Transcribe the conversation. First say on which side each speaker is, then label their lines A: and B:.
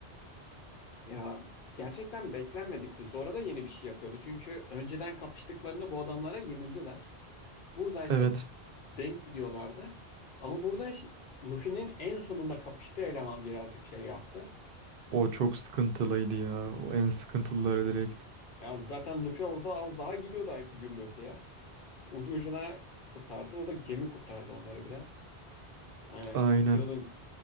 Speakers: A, on the left; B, on the right.
A: Ya gerçekten beklenmedikti. Zora da yeni bir şey yapıyordu. Çünkü önceden kapıştıklarında bu adamlara yenildiler. Buradaysa
B: Evet
A: denk gidiyorlardı. Ama burada Luffy'nin en sonunda kapıştığı eleman birazcık şey yaptı.
B: o çok sıkıntılıydı ya. O en sıkıntılıları direkt.
A: Ya zaten Luffy orada az daha gidiyordu gümbürtüye. ucu ucuna kurtardı. O da gemi kurtardı onları biraz. Yani
B: Aynen.
A: diyordun